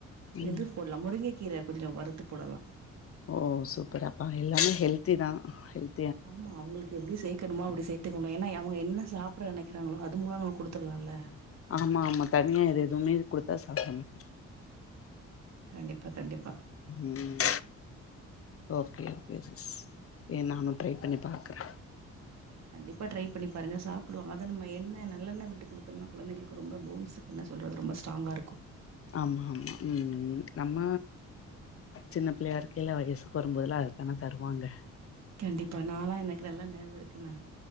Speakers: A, on the left; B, on the right.
A: ம்
B: எது போடலா முருங்கை கீரை கொஞ்ச வறுத்து போடலா
A: ஓ சூப்பரப்பா எல்லாமே ஹெல்திதா ஹெல்த்
B: ஆமா அவங்களுக்கு எப்டி செய் க்கணுமா அப்டி சேத்துக்கோங்க ஏன்னா அவங்க என்ன சாப்ட நெனைக்கிறாங்களோ அது மூலமா நம்ம குடுத்துரலாம்ல
A: ஆமா ஆமா தனியா இது எதுவுமே குடுத்தா சாப்டணு
B: கண்டிப்பா கண்டிப்பா
A: உம் ஓகே ஓகே சிஸ் இது நானு ட்ரை பண்ணி பாக்குறே
B: கண்டிப்பா ட்ரை பண்ணி பாருங்க சாப் <unintelligible> அத நம்ம எண்ணை நல்லெண்ணை விட் ட்டு குடுத்தன்னா கொழந்தைகளுக்கு ரொம்ப போன்ஸ் என்ன சொல்றது ரொம்ப ஸ்ட்ராங்கா இருக்கு
A: ஆமா ஆமா உம் நம்ம சின்ன பிள்ளையா இருக்கையில வயசுக்கு வரும்போதல்லா அதத்தான தருவாங்க
B: கண்டிப்பா நால்லா எனக்கு நல்லா நெனவு இருக்கு நா